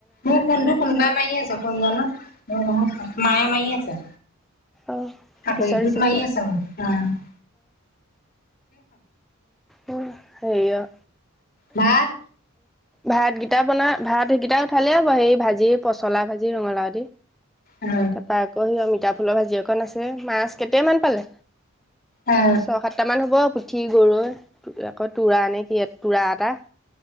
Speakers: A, on the left; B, in the centre.
A: উম ফোনটো কোনোবাই মাৰি আছে কোন জানো মাযে মাৰি আছে।
B: অঁ
A: আকৌ
B: পিছত
A: হেকোট
B: ৰিচিভ
A: মাৰি
B: কৰিবা।
A: আছে। ম <unintelligible>
B: <unintelligible> হেই অ'।
A: ভাত।
B: ভাতকেইটা বনাই, ভাত হেইকেইটা উঠালেই হ'ব। হেই ভাজি, পচলা ভাজি, ৰঙালাও দি
A: অ
B: তাৰপা আকৌ সেই অমিতা ফুলৰ ভাজি অকন আছে। মাছ কেটেমান পালে?
A: অ অ
B: ছয় -সাতটা মান হ'ব। পুঠি, গৰৈ আকৌ তোৰা নে কি এত তুৰা এটা।